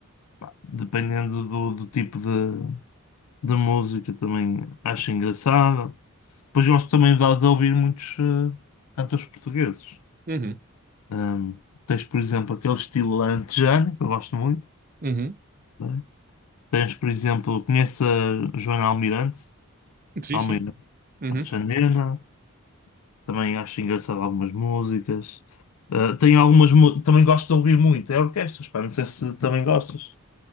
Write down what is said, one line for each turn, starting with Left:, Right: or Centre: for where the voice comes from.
Left: Pá, dependendo do, do tipo de, de música, também acho engraçado. Depois gosto também de, de ouvir muitos eh, cantores portugueses.
Right: uhum,
Left: Hum, tens, por exemplo, aquele estilo alentejano, que eu gosto muito.
Right: uhum.
Left: né? Tens, por exemplo, conheço a Joana Almirante,
Right: Sim,
Left: Almeida
Right: sim. Uhum.
Left: Alexandrina, também acho engraçado algumas músicas. Ah, tenho algumas, mu- também gosto de ouvir muito, é orquestras, pá, não sei se também gostas.